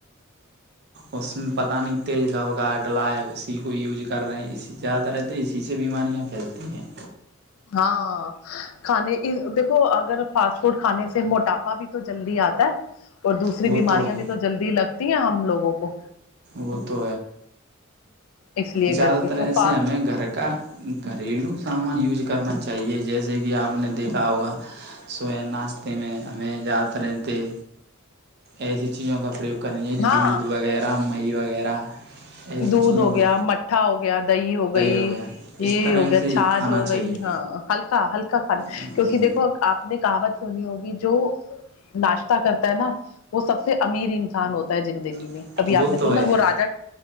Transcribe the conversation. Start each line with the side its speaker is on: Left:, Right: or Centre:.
Right: اس میں پتہ نہیں تیل کا ڈلا ہے اسی کو یوز کر رہے ہیں اسی یاد رہتا ہے اسی سے بیماریاں پھیلتی ہیں
Left: ہاں کھانے دیکھو <unintelligible> اور دوسری
Right: وہ
Left: بیماریاں
Right: ہے
Left: بھی تو جلدی لگتی ہیں ہم لوگوں کو
Right: وہ تو
Left: اس لیے
Right: زیادہ
Left: کر کے
Right: تر
Left: تو
Right: ان
Left: پاس
Right: سے ہمیں گھر کا گھریلو سامان کرنا چاہیے جیسے کہ اپ نے دیکھا ہوگا ناشتے میں ہمیں اجازت نہیں دی ایسی چیزوں کا پرریوگ کر
Left: ہاں
Right: دودھ وغیرہ مہ وغیرہ ایسی
Left: دودھ
Right: چیزوں
Left: ہو
Right: کو
Left: گیا م کھا ہو گیا دہی ہو گئی
Right: وغیرہ
Left: یہ
Right: اس طرح
Left: ہو گیا
Right: سے ہی
Left: چھاچھ
Right: کھانا
Left: ہو
Right: چاہیے
Left: گئی ہاں ہلکا ہلکا کھانا
Right: کرنا
Left: کیونکہ
Right: ہے،
Left: دیکھو آپ نے کہاوت سنی ہوگی جو وہ ناشتہ کرتا ہے نا وہ سب سے امیر انسان ہوتا ہے زندگی میں
Right: سے
Left: کبھی
Right: وہ
Left: آپ نے
Right: تو
Left: سنا
Right: ہے
Left: وہ راجا